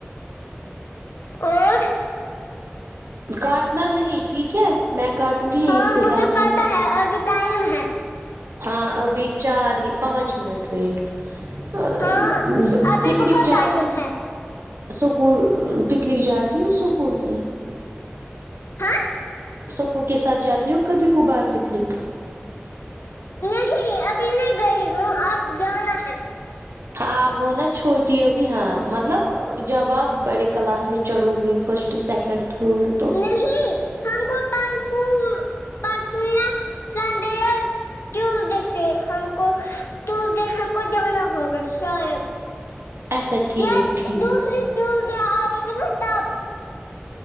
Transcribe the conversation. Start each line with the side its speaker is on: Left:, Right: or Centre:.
Left: اور
Right: کاٹنا نہیں ٹھیک ہے میں کاٹوں گی یہیں
Left: ہاں
Right: سے
Left: مجھے
Right: دس
Left: پتا
Right: منٹ
Left: ہے ابھی ٹائم ہے
Right: ہاں ابھی چار ہی پانچ منٹ ٹھیک آ
Left: ہاں
Right: د
Left: ابھی
Right: پکنک
Left: بہت
Right: جات
Left: ٹائم ہے
Right: سکول پکنک جاتی ہو سکول سے
Left: ہاں
Right: اسکول کے ساتھ جاتی ہوں کبھی کبار پکنک
Left: نہیں ابھی نہیں گئی ہوں اب جانا ہے
Right: ہاں آپ ہونا چھوٹی ابھی ہاں مطلب جب آپ بڑے کلاس میں چڑھو گے فسٹ سیکنڈ تھرڈ تو
Left: نہیں ہم کو ٹنگ فل پرسوں یا سنڈے یا تویسڈے سے ہم کو ٹویسڈے ہم کو جانا ہوگا شاید
Right: اچھا ٹھیک
Left: یا
Right: ٹھیک
Left: دوسری ٹیوزڈے آئے گی نا تب